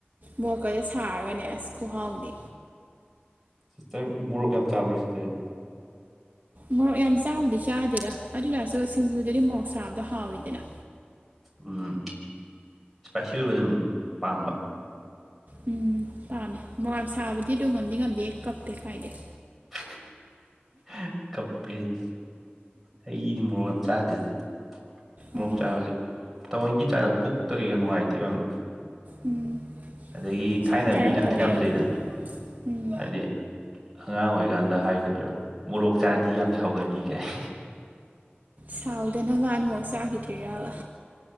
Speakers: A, on the right; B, in the centre.
A: ꯃꯣꯛꯀꯖꯦ ꯁꯥꯔꯒꯅꯦ ꯑꯁ ꯈꯨꯍꯥꯎꯗꯤ
B: ꯁꯤꯁꯇꯔ ꯃꯣꯔꯣꯛ ꯌꯥꯝ ꯆꯥꯕ꯭ꯔ ꯁꯤꯁꯇꯔꯖꯦ
A: ꯃꯣꯔꯣꯛ ꯌꯥꯝ ꯆꯥꯕꯨꯗꯤ ꯆꯥꯗꯦꯗ ꯑꯗꯨꯇꯔꯁꯨ ꯁꯤꯡꯖꯨꯗꯗꯤ ꯃꯣꯔꯣꯛ ꯁꯥꯕꯗꯣ ꯍꯥꯎꯋꯤꯗꯅ
B: ꯎꯝ ꯏꯁꯄꯥꯏꯁꯤ ꯑꯣꯏꯕ ꯗꯨꯝ ꯄꯥꯝꯕ
A: ꯎꯝ ꯄꯥꯝꯃꯦ ꯃꯣꯔꯣꯛ ꯌꯥꯝ ꯁꯥꯕꯗꯤ ꯑꯗꯨ ꯉꯝꯗꯤ ꯉꯝꯗꯦꯍꯦ ꯀꯞꯄꯦ ꯀꯥꯏꯗꯩ
B: <unintelligible> ꯀꯞꯄꯦ ꯍꯩ ꯑꯩ ꯗꯤ ꯃꯣꯔꯣꯛ ꯌꯥꯝ ꯆꯥꯗꯦꯗ ꯃꯣꯔꯣꯛ
A: ꯑꯥ
B: ꯆꯥꯕꯖꯦ ꯊꯧꯋꯣꯏꯟꯒꯤ ꯆꯥꯗ ꯄꯨꯛꯇ ꯀꯩꯒ ꯅꯨꯡꯉꯥꯏꯇꯦꯕ ꯌꯥꯝꯅ
A: ꯎꯝ
B: ꯑꯗꯒꯤ ꯊꯥꯏꯅ
A: ꯁꯨꯝ ꯆꯥꯔꯛꯇꯕꯩ
B: ꯃꯤꯅ ꯍꯥꯏꯅꯕꯁꯨ
A: ꯑꯣꯏꯔꯝꯅꯤ
B: ꯂꯩꯗꯅ
A: ꯎꯝ
B: ꯍꯥꯏꯗꯤ ꯑꯉꯥꯡ ꯑꯣꯏꯔꯤꯀꯥꯟꯗ ꯍꯥꯏꯒꯗ꯭ꯔꯥ ꯃꯣꯔꯣꯛ ꯆꯥꯗꯤ ꯌꯥꯝ ꯁꯥꯎꯒꯜꯂꯤꯒꯥꯏ <inaudible>
A: ꯁꯥꯎꯗꯅꯕꯅ ꯃꯣꯔꯣꯛ ꯆꯥꯒꯤꯗ꯭ꯔꯤꯔꯕ